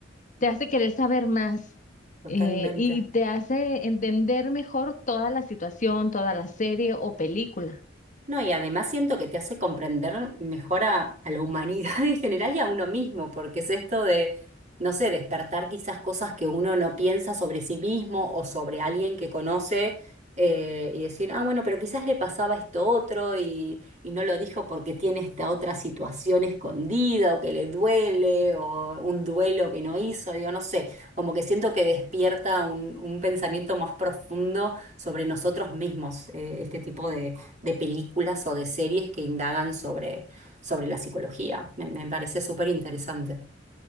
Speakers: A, on the left; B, on the right.
A: te hace querer saber más
B: Totalmente.
A: eh, y te hace entender mejor toda la situación, toda la serie o película.
B: No, y además siento que te hace comprender mejor a, a la humanidad <laughs> en general y a uno mismo, porque es esto de, no sé, despertar quizás cosas que uno no piensa sobre sí mismo o sobre alguien que conoce eh, y decir, ah, bueno, pero quizás le pasaba esto otro y, y no lo dijo porque tiene esta otra situación escondida o que le duele o un duelo que no hizo, digo, no sé, como que siento que despierta un, un pensamiento más profundo sobre nosotros mismos, eh, este tipo de películas o de series que indagan sobre, sobre la psicología. Me, me parece súper interesante.